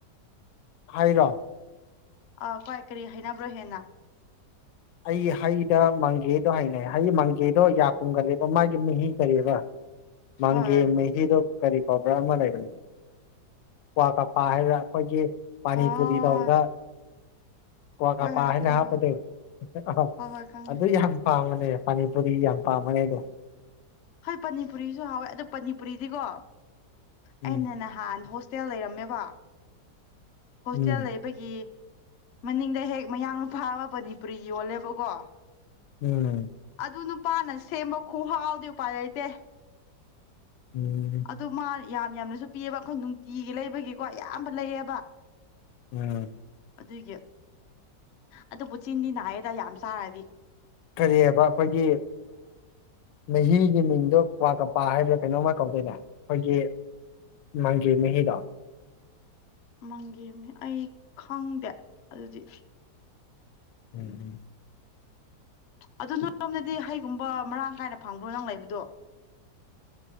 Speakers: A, on the left; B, on the left.
A: ꯍꯩꯔꯣ
B: ꯑ ꯈ꯭ꯋꯥꯏ ꯀꯔꯤ ꯍꯩꯅꯕ꯭ꯔꯣ ꯍꯦꯟꯅ
A: ꯑꯩ ꯍꯩꯗ ꯃꯡꯒꯦꯗꯣ ꯍꯥꯏꯅꯩ ꯍꯩ ꯃꯡꯒꯦꯗꯣ ꯌꯥ ꯀꯨꯝꯒꯜꯂꯤꯕ ꯃꯥꯒꯤ ꯃꯍꯤ ꯀꯔꯤꯕ ꯃꯪꯒꯦ
B: ꯍꯣꯏ
A: ꯃꯩ ꯍꯤꯗꯨ ꯀꯔꯤ ꯀꯧꯕ꯭ꯔꯥ ꯑꯃ ꯂꯩꯕꯅꯤ ꯀ꯭ꯋꯥ ꯀꯄꯥ ꯍꯥꯏꯕꯔ ꯑꯩꯈꯣꯏꯒꯤ ꯄꯥꯅꯤꯄꯨꯔꯤ
B: ꯍꯣꯏ ꯍꯣꯏ
A: ꯇꯧꯕꯗ
B: ꯍꯣꯏ
A: ꯀ꯭ꯋꯥ
B: ꯍꯣꯏ
A: ꯀꯄꯥ
B: ꯍꯣꯏ ꯍꯥꯞꯄꯗꯣ
A: ꯍꯥꯏꯅ ꯍꯥꯞꯄꯗꯨ
B: ꯍꯣꯏ
A: ꯑ
B: ꯍꯣꯏ ꯍꯣꯏ ꯈꯪꯉꯦ
A: ꯑꯗꯨ ꯌꯥꯝ ꯄꯥꯝꯕꯅꯦ ꯄꯅꯤꯄꯨꯔꯤ ꯌꯥꯝ ꯄꯥꯝꯕꯅꯦ ꯑꯩꯗꯣ
B: ꯍꯣꯏ ꯄꯅꯤꯄꯨꯔꯤꯁꯨ ꯍꯥꯎꯋꯦ ꯑꯗꯣ ꯄꯅꯤꯄꯨꯔꯤꯗꯤꯀꯣ
A: ꯎꯝ
B: ꯑꯩꯅ ꯅꯍꯥꯟ ꯍꯣꯁ ꯍꯣꯁꯇꯦꯜ ꯂꯩꯔꯝꯃꯦꯕ ꯍꯣꯁꯇꯦꯜ
A: ꯎꯝ
B: ꯂꯩꯕꯒꯤ ꯃꯅꯤꯡꯗ ꯍꯦꯛ ꯃꯌꯥꯡꯅ ꯅꯨꯄꯥ ꯑꯃꯥ ꯄꯅꯤꯄꯨꯔꯤ ꯌꯣꯜꯂꯦꯕꯀꯣ
A: ꯎꯝ
B: ꯑꯗꯨ ꯅꯨꯄꯥꯅ ꯁꯦꯝꯕ ꯈꯨꯍꯥꯎꯗꯤ ꯎꯄꯥꯏ ꯂꯩꯇꯦ
A: ꯎꯝ
B: ꯑꯗꯨ ꯃꯥ ꯌꯥꯝ ꯌꯥꯝꯅꯁꯨ ꯄꯤꯌꯦꯕ ꯑꯩꯈꯣꯏ ꯅꯨꯡꯇꯤꯒꯤ ꯂꯩꯕꯒꯤꯀꯣ ꯑꯌꯥꯝꯕ ꯂꯩꯌꯦꯕ
A: ꯎꯝ
B: ꯑꯗꯨꯒꯤ ꯑꯗꯨꯄꯨ ꯆꯤꯟꯗꯤ ꯅꯥꯏꯌꯦꯗ ꯌꯥꯝ ꯆꯥꯔꯗꯤ
A: ꯀꯔꯤꯌꯦꯕ ꯑꯩꯈꯣꯏꯒꯤ ꯃꯍꯤꯒꯤ ꯃꯤꯡꯗꯣ ꯀ꯭ꯋꯥ ꯀꯄꯥ ꯍꯥꯏꯕ ꯀꯩꯅꯣꯝꯃ ꯀꯧꯗꯥꯏꯅꯦ ꯑꯩꯈꯣꯏꯒꯤ ꯃꯪꯒꯦ ꯃꯍꯤꯗꯣ
B: ꯃꯪꯒꯦ ꯃꯍꯤ ꯑꯩ ꯈꯪꯗꯦ ꯑꯗꯨꯗꯤ
A: ꯎꯝ
B: ꯑꯗꯨ ꯅꯔꯣꯝꯗꯗꯤ ꯍꯩꯒꯨꯝꯕ ꯃꯔꯥꯡ ꯀꯥꯏꯅ ꯐꯪꯕ꯭ꯔꯣ ꯅꯪ ꯂꯩꯕꯗꯣ